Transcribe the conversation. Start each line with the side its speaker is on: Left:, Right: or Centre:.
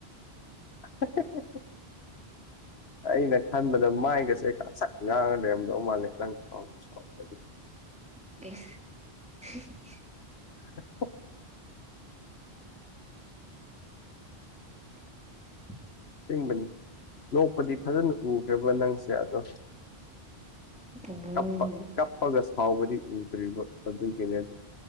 Left: <unintelligible> ꯑꯩꯅ ꯈꯟꯕꯗ ꯃꯥꯏꯒꯁꯦ ꯉꯥꯛꯁꯛ ꯉꯥꯡꯉ ꯂꯩꯔꯝꯗꯧ ꯃꯥꯜꯂꯦ ꯅꯪ ꯁꯥꯎ ꯗꯤ ꯁꯥꯎꯒꯅꯨ
Centre: ꯏꯁꯁ
Left: <unintelligible>
Centre: <unintelligible>
Left: ꯑꯁ‌ꯦꯡꯕꯅꯤ ꯂꯣꯛꯄꯗꯤ ꯐꯖꯅ ꯎꯈ꯭ꯔꯕ ꯅꯪꯁꯦ ꯑꯗꯣ
Centre: ꯎꯝ
Left: ꯀꯞꯄ
Centre: <unintelligible>
Left: ꯀꯞꯄꯒ ꯁꯥꯎꯕꯗꯤ ꯎꯗ꯭ꯔꯤꯕ ꯑꯗꯨꯒꯤꯅꯦ ꯑꯗꯨ